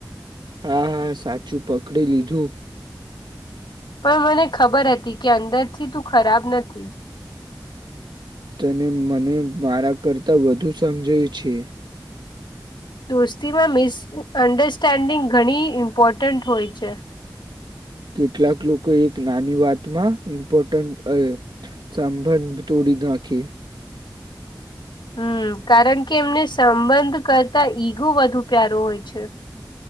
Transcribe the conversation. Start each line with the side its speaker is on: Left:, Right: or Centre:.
Right: હા હા સાચું પકડી લીધું
Left: પણ મને ખબર હતી કે અંદરથી તું ખરાબ નથી
Right: તને મને મારા કરતા વધુ સમજાય છે
Left: દોસ્તીમાં મિસઅન્ડરસ્ટેન્ડિંગ ઘણી ઇમ્પોર્ટન્ટ હોય છે
Right: કેટલાક લોકો એક નાની વાતમાં ઇમ્પોર્ટન્ટ સાભંધ તોડી નાખી
Left: હમ કારણ કે એમને સંબંધ કરતા ઈગો વધુ પ્યારો હોય છે